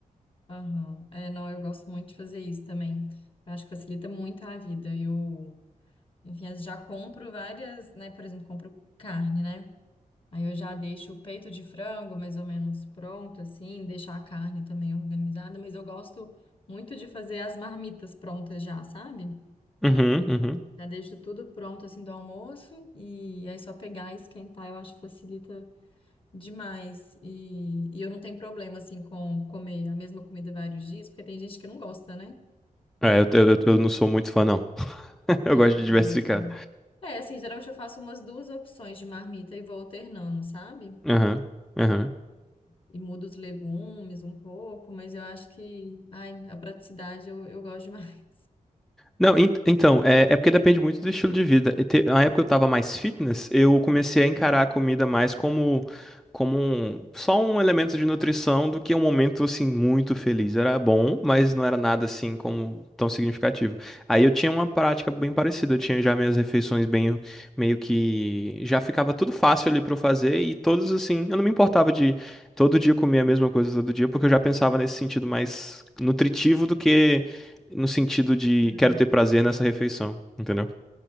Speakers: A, on the left; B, in the centre.
A: aham. É, não, eu gosto muito de fazer isso também. Eu acho que facilita muito a vida. Eu, enfim, eu já compro várias, né? Por exemplo, compro carne, né? Aí eu já deixo o peito de frango mais ou menos pronto, assim, deixar a carne também organizada, mas eu gosto muito de fazer as marmitas prontas já, sabe?
B: Uhum, uhum.
A: Já deixo tudo pronto, assim, do almoço, e aí só pegar e esquentar, eu acho que facilita demais. E, e eu não tenho problema, assim, com comer a mesma comida vários dias, porque tem gente que não gosta, né?
B: É, eu, eu, eu não sou muito fã, não. <laughs>
A: Que
B: Eu gosto
A: enjoa,
B: de diversificar.
A: assim. É, assim, geralmente eu faço umas duas opções de marmita e vou alternando, sabe?
B: Aham, aham.
A: e mudo os legumes um pouco, mas eu acho que, ai, a praticidade eu, eu gosto demais.
B: Não, ent- então, é, é porque depende muito do estilo de vida. E te- Na época eu tava mais fitness, eu comecei a encarar
A: <laughs> Sim.
B: a comida mais como, como um- só um elemento de nutrição do que um momento, assim, muito feliz. Era bom, mas não era nada, assim, como tão significativo. Aí eu tinha uma prática bem parecida. Eu tinha já minhas refeições bem, meio que... Já ficava tudo fácil ali pra eu fazer e todos, assim... Eu não me importava de todo dia comer a mesma coisa todo dia, porque eu já pensava nesse sentido mais nutritivo do que no sentido de
A: É,
B: quero ter prazer nessa refeição, entendeu?